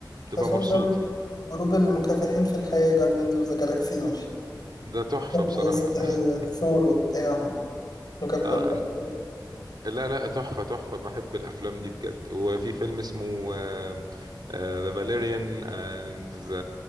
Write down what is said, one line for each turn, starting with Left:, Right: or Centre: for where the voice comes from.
Right: تبقى
Left: أصلا
Right: مبسوط
Left: فاهم
Right: يعني.
Left: جروب المكافحين في الحياة جاردينز أوف ذا جالاكسي دول
Right: ده تحفة بصراحة
Left: وسط
Right: <laughs>
Left: ثور وبتاع وكابتن
Right: اه
Left: مارفل.
Right: لا لا تحفة تحفة بحب الأفلام دي بجد وفي فيلم اسمه آه، آه، The Valerian and the